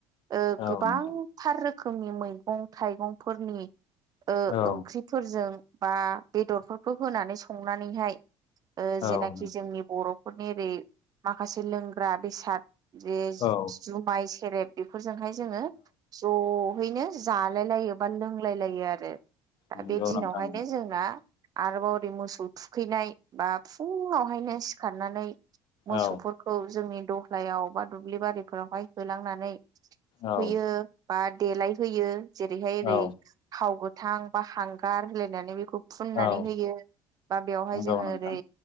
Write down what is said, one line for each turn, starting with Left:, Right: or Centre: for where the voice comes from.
Right: ओ
Left: औ
Right: गोबां
Left: नोंथां
Right: थार रोखोमनि मैगं थाइगंफोरनि ओ
Left: औ
Right: ओंख्रि फोरजों बा बेदरफोरखौ होनानै संनानै हाय ओ
Left: औ
Right: जेनाखि
Left: नोंथां
Right: जोंनि बर'फोरनि ओरै माखासे लोंग्रा बेसाद बे
Left: औ
Right: जुमाय सेरेब बेफोरजोंहाय जोङो जहैनो जालाय लायो बा लोंलाय लायो आरो दा
Left: नंगौ
Right: बे दिनावहायनो
Left: नोंथां
Right: जोंना आरोबाव ओरै मोसौ थुखैनाय बा फुङावहायनो सिखारनानै मोसौफोरखौ
Left: औ
Right: जोंनि दलायाव बा दुब्लि बारिफोरावहाय होलांनानै
Left: औ
Right: होयो बा देलाय होयो जेरैहाय ओरै
Left: औ
Right: थाव गोथां बा हांगार होलायनानै बेखौ फुननानै
Left: औ
Right: होयो बा बेवहाय
Left: नंगौ
Right: जोङो
Left: नोंथां
Right: ओरै